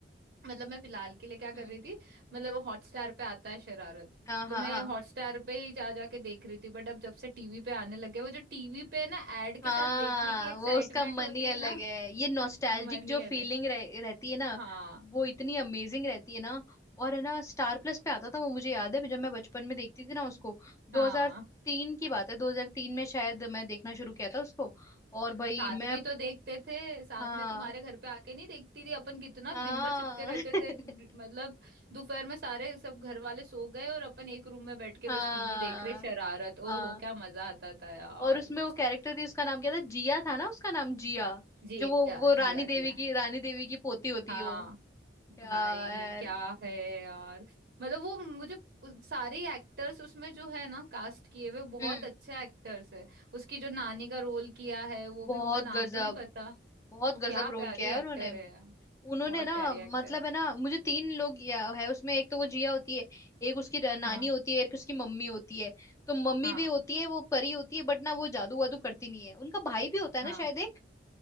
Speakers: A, on the right (about 65°); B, on the left (about 15°).
A: मतलब मैं फिलहाल के लिए क्या कर
B: हम्म
A: रही थी मतलब वो हॉटस्टार पे आता है शरारत
B: हाँ हाँ
A: तो मैं
B: हाँ
A: हॉटस्टार पे ही जा जा के देख रही थी बट अब जब से टीवी पे आने लग गया वो जो टीवी पे ना एड
B: हाँ
A: के साथ देखने की एक्साइटमेंट
B: वो उसका मन
A: होती
B: ही अलग
A: है ना
B: है
A: <laughs>
B: ये नॉस्टैल्जिक
A: मन
B: जो
A: ही अलग
B: फीलिंग रह, रहती है ना
A: हाँ
B: वो इतनी अमेजिंग रहती है ना और है ना स्टार प्लस पे आता था वो मुझे याद है जब मैं बचपन में देखती थी ना उसको 2003
A: हाँ
B: की बात है 2003 में शायद मैं देखना शुरू किया था उसको और भाई
A: साथ
B: मैं
A: में ही तो देखते थे साथ
B: हाँ
A: में तुम्हारे घर पे आके नहीं देखती थी अपन कितना
B: हाँ
A: दिन भर चिपके रहते
B: <laughs>
A: थे मतलब दोपहर में सारे सब घर वाले सो गए और अपन एक रूम में बैठ के
B: हाँ
A: बस टीवी देख रहे शरारत ओहो
B: हाँ
A: क्या मजा आता था यार
B: और उसमें वो कैरेक्टर थी उसका नाम क्या था जिया था ना उसका नाम जिया
A: जी
B: जो वो
A: हाँ
B: वो
A: जी
B: रानी
A: हाँ
B: देवी
A: जी हाँ
B: की रानी देवी की पोती होती
A: हाँ
B: है वो
A: भाई
B: यार
A: क्या है यार मतलब वो मुझे उस- सारे एक्टर्स उसमें जो है ना कास्ट किए हुए बहुत
B: हम्म
A: अच्छे एक्टर्स है उसकी जो नानी का रोल किया है वो
B: बहुत
A: भी उनका नाम
B: गजब
A: तो नहीं पता
B: बहुत
A: वो
B: गजब
A: क्या
B: रोल
A: प्यारी
B: किया है
A: एक्टर
B: उन्होंने
A: है यार,
B: उन्होंने
A: बहुत
B: ना
A: प्यारी
B: मतलब
A: एक्टर
B: है ना मुझे तीन लोग या है उसमें एक तो वो जिया होती है एक उसकी र- नानी
A: हाँ
B: होती है एक उसकी मम्मी होती है तो मम्मी
A: हाँ
B: भी होती है वो परी होती है बट ना वो जादू वादू करती नहीं है उनका भाई भी होता है
A: हाँ
B: ना शायद एक